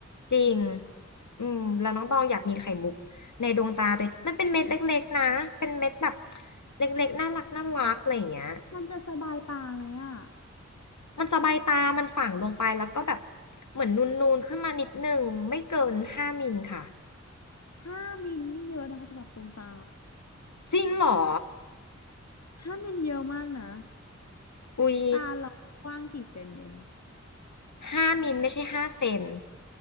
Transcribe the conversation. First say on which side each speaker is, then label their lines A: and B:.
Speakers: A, on the left; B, on the left.
A: จริงอืมแล้วน้องตองอยากมีไข่มุกในดวงตาตัวเองมันเป็นเม็ดเล็กๆนะ เป็นเม็ดแบบเล็กๆน่ารักน่ารักอะไรอย่างเงี้ย
B: มันจะสบายตาไหมอะ
A: มันสบายตามันฝังลงไปแล้วก็แบบเหมือนนูนๆขึ้นมานิดนึงไม่เกินห้ามิลค่ะ
B: ห้ามิลนี่เยอะนะคะสำหรับดวงตา
A: จริงเหรอ
B: ห้ามิลเยอะมากนะ
A: อุ๊ย
B: ตาเรามันกว้างกี่เซนเอง
A: ห้ามิลไม่ใช่ห้าเซน